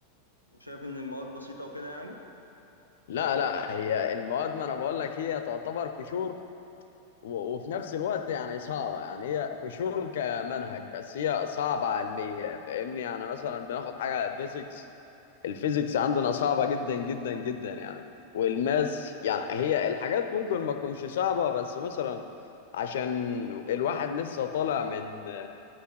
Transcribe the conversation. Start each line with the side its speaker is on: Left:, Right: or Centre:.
Right: وشايف ان المواد بسيطة وكده يعني
Left: لا لا هي المواد ما انا بقول لك هي تعتبر قشور و- وفي نفس الوقت يعني صعبة يعني هي قشور كمنهج بس هي صعبة علمية فاهمني يعني مثلا بناخد حاجة فيزيكس الفيزيكس عندنا صعبة جدا جدا جدا يعني والماس يعني هي الحاجات ممكن ما تكونش صعبة بس مثلا عشان الواحد لسه طالع من